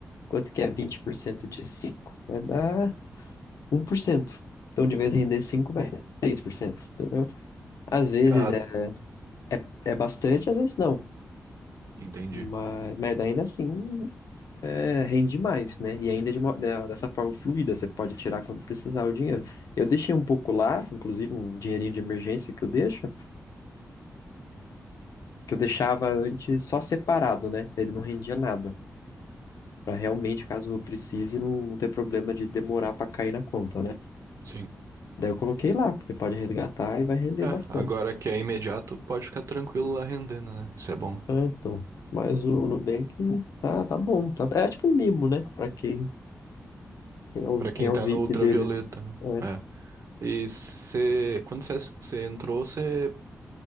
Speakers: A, on the left; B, on the right.
A: quanto que é 20% de 5? Vai dar 1%. Então, de vez em render 5, vai dar 6%, entendeu? Às vezes
B: Ah,
A: é, é, é bastante, às vezes não.
B: entendi.
A: Mas, mas ainda assim, é, rende mais, né? E ainda de uma- de- dessa forma fluida, você pode tirar quando precisar o dinheiro. Eu deixei um pouco lá, inclusive um dinheirinho de emergência que eu deixo, que eu deixava antes só separado, né? Ele não rendia nada. Pra realmente, caso eu precise, não, não ter problema de demorar pra cair na conta, né?
B: Sim.
A: Daí eu coloquei lá, porque pode resgatar e vai render
B: É,
A: bastante.
B: agora que é imediato, pode ficar tranquilo lá rendendo, né? Isso é bom.
A: Ah, então. Mas o Nubank tá, tá bom. Tá, é tipo um mimo, né? Pra quem, quem é o,
B: Pra
A: quem
B: quem
A: é o
B: tá
A: VIP
B: no ultravioleta,
A: dele.
B: né?
A: É.
B: É. E você, quando você entrou, você